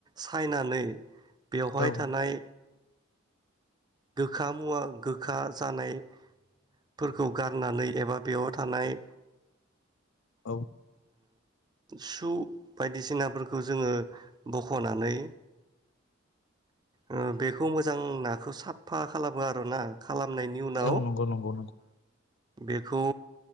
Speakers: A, on the right; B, on the left.
A: सायनानै बेवहाय
B: औ
A: थानाय गोखा मुवा गोखा जानायफोरखौ गारनानै एबा बेयाव थानाय
B: औ
A: सु बायदिसिनाफोरखौ जोङो बख'नानै ओ बेखौ मोजां नाखौ साफा खालामो आरो ना खालामनायनि उनाव
B: औ नंगौ नंगौ नंगौ
A: बेखौ